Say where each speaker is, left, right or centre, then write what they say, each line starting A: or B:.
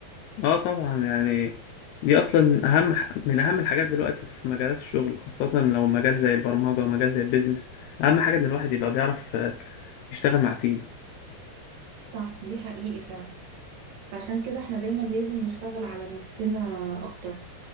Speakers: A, on the left; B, on the right.
A: اه طبعا يعني دي اصلا اهم ح- من اهم الحاجات دلوقتي في مجالات الشغل خاصة لو مجال زي البرمجة ومجال زي البيزنس اهم حاجة ان الواحد يبقى بيعرف آه، يشتغل مع تيم
B: صح دي حقيقي فعلا فعشان كده احنا دايما لازم نشتغل على نفسنا اكتر